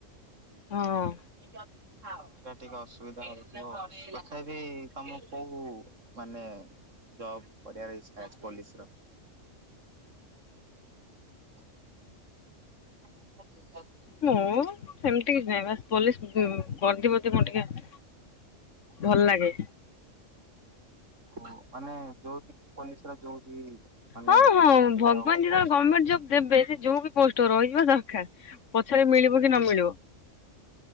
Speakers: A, on the left; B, on the right.
A: ହଁ।
B: ଜଲଦି, ଜଲଦି ଖାଅ। ଟିକେ ଅସୁବିଧା ହଉଥିବ, ତଥା ବିି, ତମ କୋଉ ମାନେ ଜବ କରିବାର ଇଛା ଅଛି ପୋଲିସର ଅ <unintelligible>
A: ମୁଁ ସେମିତି କିଛି ନାଇଁବା। ପୋଲିସୀ ହୁଁ, ବର୍ଦି ପ୍ରତି, ମୁଁ ଟିକେ ଭଲ ଲାଗେ।
B: ଓ, ମାନେ, ଯୋଉ ବି ପୋଲିସ ର ଯୋଉ ବି ମାନେ
A: ହଁ, ହଁ,
B: ହେଲେ
A: ଭଗବାନ
B: ହବ
A: ଯେତେବେଳେ
B: ପୋଷ୍ଟ
A: ଗଭର୍ଣମେଣ୍ଟ ଜବ ଦେବେ, ସେ ଯୋଉ ବି ପୋଷ୍ଟ ରହିଯିବା ଦରକାର, ପଛରେ ମିଳିବ କି ନ ମିଳିବ?